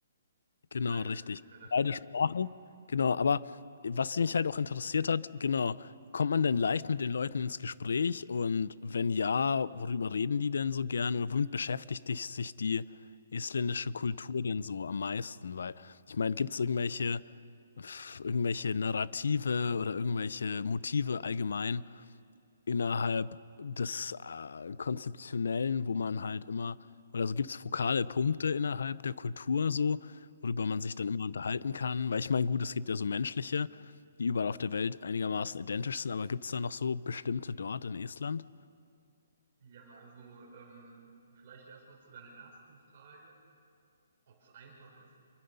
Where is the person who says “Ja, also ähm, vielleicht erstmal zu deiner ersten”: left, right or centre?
Right